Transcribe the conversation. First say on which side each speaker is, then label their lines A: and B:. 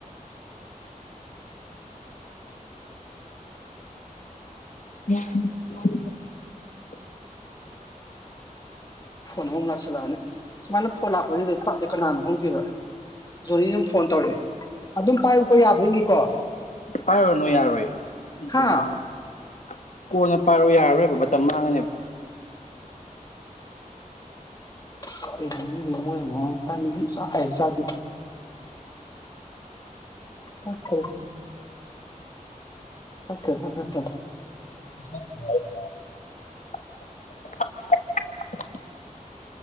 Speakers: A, on the left; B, on the left.
A: <inaudible>
B: ꯐꯣꯟ ꯑꯃꯃꯨꯛ ꯂꯥꯛꯁꯤꯜꯂꯛ ꯑꯅꯤ ꯁꯨꯃꯥꯏꯅ ꯐꯣꯟ ꯂꯥꯛꯄꯁꯤꯗ ꯇꯠꯂꯦ ꯀꯅꯥꯅꯣ ꯈꯪꯗꯦꯕ ꯖꯣꯅꯤ ꯑꯗꯨꯝ ꯐꯣꯟ ꯇꯧꯔꯛꯑꯦ ꯑꯗꯨꯝ ꯄꯥꯏꯌꯨꯀꯣ ꯌꯥꯕ꯭ꯔ ꯌꯦꯡꯒꯤꯀꯣ
A: ꯄꯥꯏꯔꯨꯔꯅꯨ ꯌꯥꯔꯣꯏ ꯑꯇ
B: ꯍꯥ
A: ꯃꯥꯡꯉꯅꯤ ꯀꯣꯟꯅ ꯄꯥꯏꯔꯣ ꯌꯥꯔꯣꯏꯕ ꯃꯇꯝ ꯃꯥꯡꯉꯅꯤꯕ
B: ꯀꯔꯤꯅꯣ ꯈꯪꯗꯦ ꯃꯣꯏꯅ ꯃꯔꯣꯟ ꯑꯃ ꯇꯥꯟ ꯏꯆꯥ ꯆꯥꯗꯦ ꯇꯠꯈ꯭ꯔꯦ ꯇꯠꯈ꯭ꯔꯦ ꯇꯠꯈ꯭ꯔꯦ ꯐꯔꯦ
A: <unintelligible>